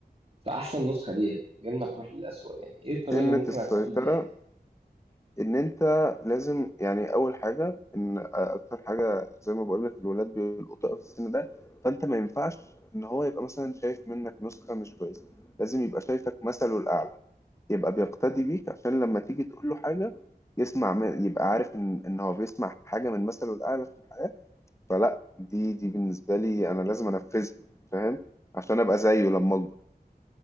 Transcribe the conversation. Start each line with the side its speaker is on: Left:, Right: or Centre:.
Right: في احسن نسخة ليها من غير ما تروح للأسوأ يعني ايه الطريقة
Left: سنة
Right: اللي ممكن
Left: السيطرة
Right: اتعامل بيها يعني
Left: إن أنت لازم يعني أول حاجة إن أكتر حاجة زي ما بقولك الولاد بيلقطوا أوي في السن ده فأنت ما ينفعش إن هو يبقى مثلا شايف منك نسخة مش كويسة لازم يبقى شايفك مثله الأعلى يبقى بيقتدي بيك عشان لما تيجي تقول له حاجة يسمع من يبقى عارف ان ان هو بيسمع حاجة من مثله الأعلى في الحياة فلا دي دي بالنسبة لي انا لازم انفذها فاهم عشان ابقى زيه لما اكبر